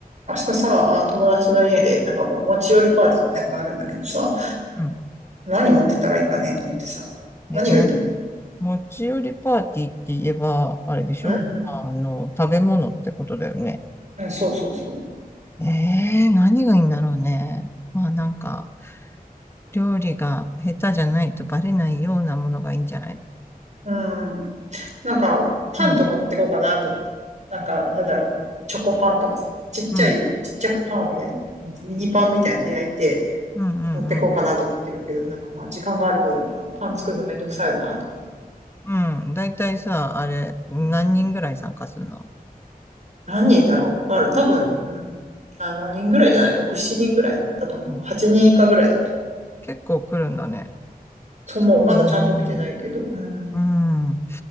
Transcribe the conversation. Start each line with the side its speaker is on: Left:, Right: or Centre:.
Right: 明日さ、友達の家で、なんかこう、持ち寄りパーティーみたいなのがあるんだけどさ、
Left: うん。
Right: 何持ってったらいいかねと思ってさ、
Left: ね、
Right: 何がいいと思う
Left: も、持ち寄りパーティーって言えば、あれでしょまあ、
Right: うん。
Left: あの、食べ物ってことだよね。
Right: うん、そうそうそ
Left: ええ何がいいんだろうね。まあ、なんか、料理が下手じゃないとバレないようなものがいいんじゃない
Right: う。うん。なんか、パンとか持ってこうかなと思って。
Left: うん、
Right: なんか、なんだろう、チョコパンとかさ、ちっちゃい、
Left: うん、
Right: ちっちゃくパンを焼い、ミニパンみたいの焼いて、
Left: うん、うん、
Right: 持ってこうかなと思ってるけど、
Left: うん、
Right: なんかまあ、時間があるかどうか、パン作るのめんどくさいよなと。
Left: うん。だいたいさ、あれ、何人ぐらい参加するの、
Right: 何人だろうまあ、多分、うん、7人ぐらいじゃない ?6、7人ぐらいだと思う。
Left: うん、
Right: 8人以下ぐらいだと
Left: 結構来るんだね。そうね。
Right: と思う。まだちゃんと見てないけど。うん。
Left: うん。う